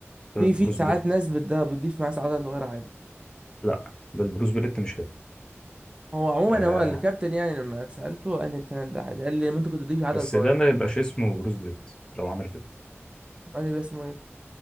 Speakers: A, on the left (about 20°); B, on the right (about 20°).
A: ده
B: في
A: البروس
B: في ساعات
A: بليت
B: ناس بتض- بتضيف معاه عدله صغيره عادي
A: لا ده البروس بليت مش كده
B: هو عموما
A: آه
B: هو الكابتن يعني لما سالته قال لي الكلام ده عادي قال لي ممكن تضيف عدله
A: بس
B: صغيره
A: ده ما يبقاش اسمه بروس بليت لو عمل كده
B: قال لي بس اسمه ايه